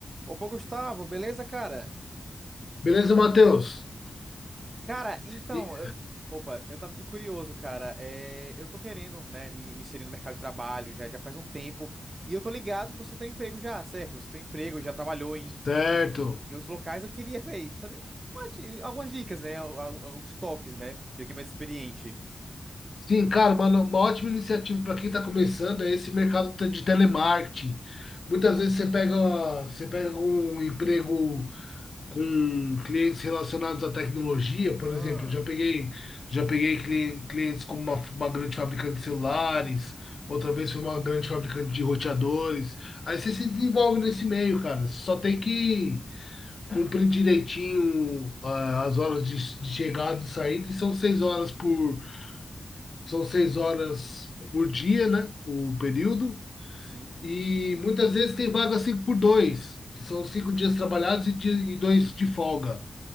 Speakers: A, on the right; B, on the left.
A: Opa, Gustavo, beleza, cara?
B: Beleza, Matheus?
A: Cara, então,
B: E-
A: eu- opa, eu tava aqui curioso, cara. É, eu tô querendo, né, me, me inserir no mercado de trabalho já, já faz um tempo. E eu tô ligado que você tem um emprego já, certo? Você tem um emprego, já trabalhou em,
B: Certo.
A: em, em outros locais. Eu queria ver, saber uma di- algumas dicas, né? al- al- Alguns toques, né? De alguém mais experiente.
B: Sim, cara, uma, uma ótima iniciativa para quem está começando é esse mercado te- de telemarketing. Muitas vezes você pega, você pega um emprego com clientes relacionados à tecnologia, por
A: Ah,
B: exemplo, já peguei, já peguei cli- clientes com uma, uma grande fabricante de celulares, outra vez foi uma grande fabricante de roteadores. Aí você se desenvolve nesse meio, cara. Só tem que cumpre direitinho ah, as horas de, de chegada e saída, e são seis horas por são seis horas por dia, né? O período.
A: sim,
B: E muitas vezes tem vaga cinco por dois, que são cinco dias trabalhados e, dia- e dois de folga.